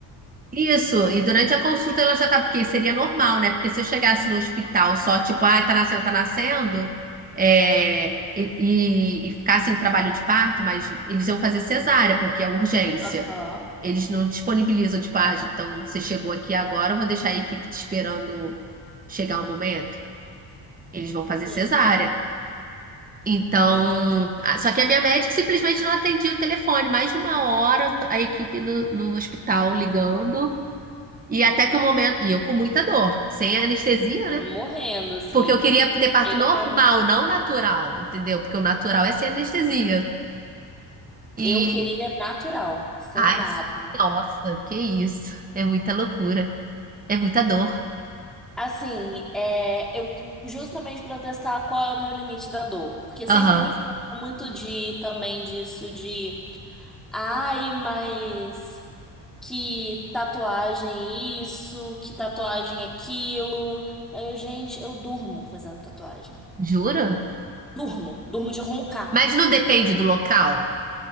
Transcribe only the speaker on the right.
Isso, e durante a consulta ela já tá, porque seria normal, né? Porque se eu chegasse no hospital só, tipo, ah, tá nascendo, tá nascendo, é, e, e, e ficasse em trabalho de parto, mas eles iam fazer cesárea, porque é urgência.
Eles não disponibilizam, tipo, ah, então você chegou aqui agora, eu vou deixar a equipe te esperando chegar o momento. Eles vão fazer
cesárea. Então, a- só que a minha médica simplesmente não atendia o telefone. Mais de uma hora a equipe no, no hospital ligando. E até que o momento. E eu com muita dor, sem anestesia,
né?
Porque eu queria ter parto
normal,
não natural, entendeu? Porque o natural é sem anestesia. E.
Ai,
nossa, que isso. É muita loucura. É muita dor.
Aham.
Jura?
Mas não depende do local.